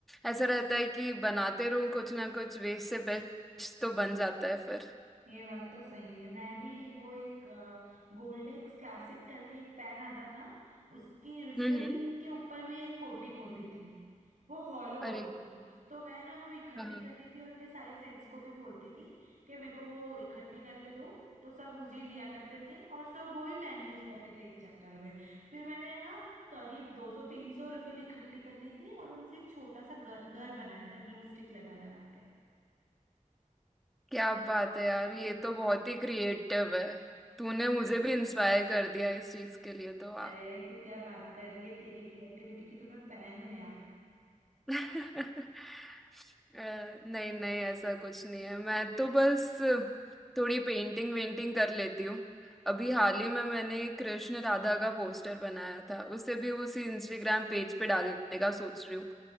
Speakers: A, in the centre; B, on the right (about 75°).
A: ऐसा रहता है कि बनाते रहूं कुछ ना कुछ वेस्ट से बेस्ट तो बन जाता है फिर
B: ये बात तो सही है मैं भी वो एक गोल्डेक्स क्लासिक करके एक पेन आता था उसकी रिफिल
A: हम्म हम्म
B: के ऊपर भी एक कोटिंग होती थी वो हॉलो
A: अरे
B: होती थी तो मैं ना वो इकट्ठी
A: हाँ
B: करती थी और मेरे सारे फ्रेंड्स को भी बोलती थी कि मेरे को वो इकट्ठी करके दो तो सब मुझे ही दिया करते थे और सब वो ही पेन यूज करते थे इस चक्कर में फिर मैंने ना करीब 200-300 रिफिल इकट्ठी कर ली थी और उनसे एक छोटा सा घर घर बनाया था ग्लू स्टिक लगा लगा के
A: क्या बात है यार ये तो बहुत ही क्रिएटिव है तूने मुझे भी इंस्पायर कर दिया इस चीज के लिए तो
B: अरे तू क्या बात कर रही है तेरी क्रिएटिविटी की तो मैं फैन हूँ यार
A: <laughs> अ, नहीं नहीं ऐसा कुछ नहीं है मैं तो बस थोड़ी पेंटिंग वेंटिंग कर लेती हूँ अभी हाल ही में मैंने एक कृष्ण राधा का पोस्टर बनाया था उसे भी उसी इंस्टाग्राम पेज पे डालने का सोच रही हूँ